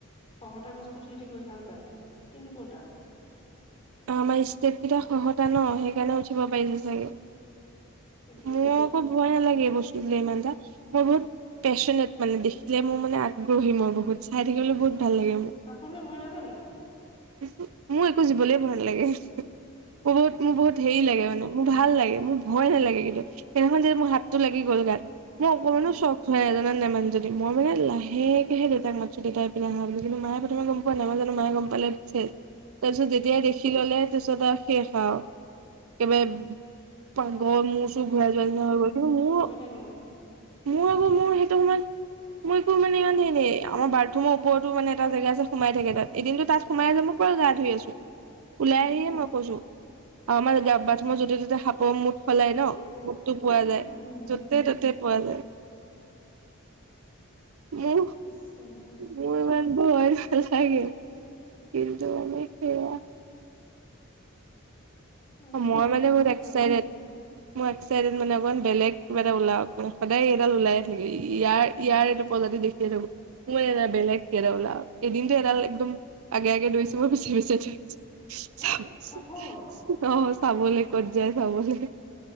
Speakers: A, on the left; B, on the right.
A: খহতা বস্তুত সিহঁতে গৈ ভাল পায় কিন্তু ক'তা
B: অ আমাৰ ষ্টেট কেইটা খহতা ন সেইকাৰণে উঠিব পাৰিছে চাগে
A: সেইটো
B: মোৰ
A: এটা কথা
B: অক ভয় নালাগে এই বস্তুটোলে ইমানটা মোৰ বহুত পেচেলেট মানে দেখিলে মোৰ মানে আগ্ৰহী মোৰ বহুত চাই থাকিবলে বহুত ভাল লাগে মো
A: সাপলে ভয় নালাগে
B: উহু মোৰ একো জীৱলে ভয় নালাগে বহুত মোৰ বহুত হেৰি লাগে মানে মোৰ ভাল লাগে, মোৰ ভয় নালাগে কিন্তু সেইদিনাখন যে মোৰ হাতটো লাগি গ'ল গাত। মোৰ অকণমানো
A: উম
B: শখ <unintelligible> নাজানে মানুহ জনী মই মানে লাহে কেহে দেউতাক মাতিছো, দেউতা ইপিনে আহা বুলি কিন্তু মায়ে প্ৰথমে গ'ম পোৱা নাই মই জানো মায়ে গ'ম পালে শেষ। তাৰপিছত যেতিয়াই দেখি ল'লে তাৰপিছত আৰু শেষ আৰু, একেবাৰে পাগল মূৰ-চূৰ ঘূৰাই যোৱা
A: উম
B: নিচিনা হৈ গ'ল,
A: মোৰ
B: কিন্তু মোৰ
A: ভয় লাগে আকৌ
B: মোৰ আকৌ মোৰ সেইটো সময়ত মোৰ একো মানে ইমান সেই নাই, আমাৰ বাথৰুমৰ ওপৰতো মানে এটা জেগা আছে সোমাই থাকে তাত, এদিনটো তাত সোমাই আছে মই পূৰা গা ধুই আছোঁ। ওলাই
A: উম
B: আহি হে মই কৈছো, আমাৰ গা বাথৰুমৰ য'তে ত'তে সাপৰ মুত সলাই ন'!
A: উম
B: মূতটো পোৱা যায়,
A: উম
B: য'তে ত'তে পোৱা যায়। মো
A: ইচ ৰাম
B: মোৰ ইমান মোৰ ভয় নালাগে, কিন্তু মানে সেইয়া।
A: উম
B: মই মানে
A: শুনিলে
B: বহুত এক্সাইটেড।
A: ভয় লাগিছে
B: মই এক্সাইটেড মানে অকণমান বেলেগ কিবা এটা ওলাওঁক, মানে সদায় এইডাল ওলাই থাকে, ইয়াৰ ইয়াৰ এইটো প্ৰজাতি দেখিয়ে থাকো। <unintelligible> বেলেগ কিবা এটা ওলাওঁক, এদিনটো এডাল একদম আগে আগে দৌৰিছো মই, পিছে পিছে দৌৰিছো। <unintelligible>
A: ধেৎ সাপৰ
B: অহ। চাবলৈ ক'ত যায় চাবলৈ,